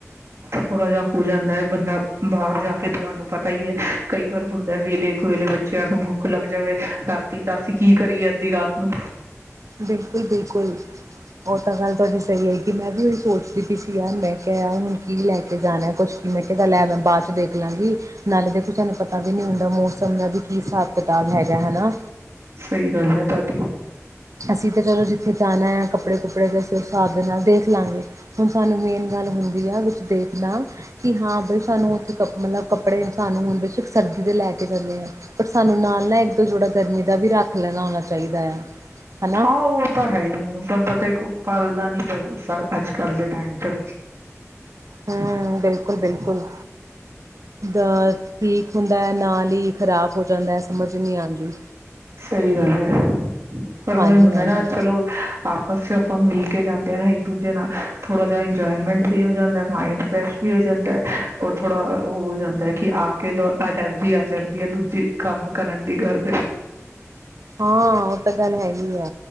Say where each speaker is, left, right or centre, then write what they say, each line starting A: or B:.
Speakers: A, on the right; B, on the right.
A: ਥੋੜਾ ਜਹਾ ਹੋ ਜਾਂਦਾ ਹੈ ਬੰਦਾ ਬਾਹਰ ਜਾ ਕੇ ਤੁਹਾਨੂੰ ਪਤਾ ਹੀਈ ਹੈ ਕਈ ਵਾਰ ਹੁੰਦਾ ਵੇਲੇ ਵੇਲੇ ਬੱਚਿਆਂ ਨੂੰ ਬਹੁ ਲੱਗ ਜਾਵੇ ਰਾਤੀ ਤਾਂ ਅਸੀਂ ਕੀ ਕਰੀਏ ਅੱਧੀ ਰਾਤ ਨੂੰ
B: ਬਿਲਕੁਲ ਬਿਲਕੁਲ ਉਹ ਤਾਂ ਗੱਲ ਤੁਹਾਡੀ ਸਹੀ ਹੈਗੀ ਮੈਂ ਵੀ ਉਹੀ ਸੋਚਦੀ ਪ ਸੀ ਯਾਰ ਮੈਂ ਕਿਹਾ ਹੁਣ ਕੀ ਲੈ ਕੇ ਜਾਣਾ ਕੁਛ ਕਿ ਮਂ ਕਿ ਲੈ ਮੈਂ ਬਾਅਦ ਦੇਖ ਲਾਂਗੀ ਨਾਲ ਦੇ ਕੋਝ ਸਾਨੂੰ ਪਤਾ ਵੀ ਨਹੀਂ ਹੁੰਦਾ ਦਾ ਮੌਸਮ ਦਾ ਵੀ ਕੀ ਹਿਸਾਬ ਕਿਤਾਬ ਹੈਗਾ ਹੈਾ
A: ਸਹੀ ਗੱਲ ਹੈ ਤੁਹਾਡੀ
B: ਅਸੀਂ ਤਾਂ ਚਲੋ ਜਿੱਥੇ ਜਾਣਾ ਆ ਕੱਪੜੇ ਕੁੱਪੜੇ ਤੇ ਅਸੀਂ ਉਸ ਹਿਸਾਬ ਦੇ ਨਾਲ ਦੇਖ ਲਵਾਂਗੇ ਹੁਣ ਸਾਨੂੰ ਮੇਨ ਗੱਲ ਹੁੰਦੀ ਆ ਵਿੱਚ ਦੇਖ ਕਿ ਹਾਂ ਬਈ ਸਾਨੂੰ ਉੱਥੇ ਕ ਮਤਲਬ ਕੱਪੜੇ ਸਾਨੂੰ ਹੁਣ ਸਰਦੀ ਤੇ ਲੈ ਕੇ ਚੱਲੇ ਆ ਪਰ ਸਾਨੂੰ ਨਾਲ ਇੱਕ ਦੋ ਜੋੜਾ ਗਰਮੀ ਦਾ ਵੀ ਰੱਖ ਲੈਣਾ ਹੋਣਾ ਚ ਚਾਹੀਦਾ ਆ
A: ਹਾਂ ਉਹਓ ਤਾਂ ਹੈ ਦੇਖੋ ਫਲਦਾ ਨੀ ਪ ਅੱਜ ਕੱਲ੍ਹ ਦੇ ਟਾਈਮ ਚ
B: ਹਮ ਬਿਲਕੁਲ ਬਿਲਕੁਲ ਅ ਠੀਕ ਹੁੰਦਾ ਹੈ ਨਾਲ ਲਲੀ ਖ਼ਰਾਬ ਹੋ ਜਾਂਦਾ ਹੈ ਸਮਝ ਨੀ ਆਉਂਦੀ
A: ਸਹੀ ਗੱਲ ਹੈ ਪਰ ਉਹ
B: ਹਾਂਜੀ
A: ਇਹ ਹੁੰਦਾ
B: ਹਾਂਜੀ
A: ਨਾ ਚਲੋ ਆਪਸ ਚ ਆਪਾਂ ਮਿਲ ਕੇ ਕੇ ਜਾਂਦੇ ਆ ਨਾ ਇੱਕ ਦੂਜੇ ਨਾਲ ਥੋੜ੍ਹਾ ਜਹਾ ਇੰਜੋਏਮੈਂਟ ਵੀ ਹੋ ਜਾਂਦਾ ਮਾਇੰਡ ਫਰੈਸ਼ ਵੀ ਹੋ ਜਾਂਦਾ ਔਰ ਥੋੜਾ ਉਹ ਹੋ ਜਾਂਦਾ ਹੈ ਕਿ ਆ ਕੇ ਦ ਐਨਰਜੀ ਆ ਜਾਂਦੀ ਹੈ ਦੂਜੇ ਕੰਮ ਕਰਨ ਦੀ ਗੱਲ ਦੇ
B: ਹਾਂ ਉਹ ਤਾਂ ਗੱਲ ਹੈਗੀ ਆ